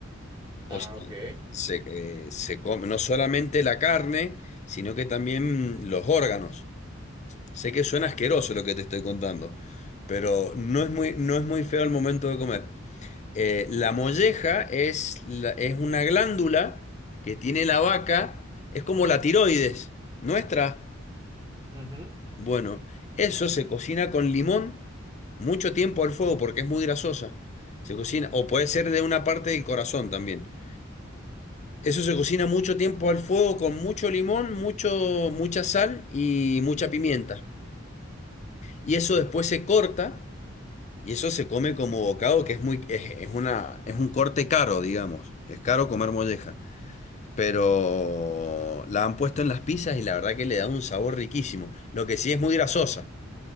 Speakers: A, on the left; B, on the right.
A: O
B: Ah,
A: sea,
B: ok.
A: se, eh, se come no solamente la carne, sino que también los órganos. Sé que suena asqueroso lo que te estoy contando, pero no es muy, no es muy feo al momento de comer. Eh, la molleja es, la- es una glándula que tiene la vaca, es como la tiroides nuestra.
B: Ujú.
A: Bueno, eso se cocina con limón mucho tiempo al fuego porque es muy grasosa. Se cocina, o puede ser de una parte del corazón también. Eso se cocina mucho tiempo al fuego con mucho limón, mucho, mucha sal y mucha pimienta. Y eso después se corta y eso se come como bocado, que es muy, es, es una, es un corte caro, digamos. Es caro comer molleja. pero la han puesto en las pizzas y la verdad que le da un sabor riquísimo. Lo que sí es muy grasosa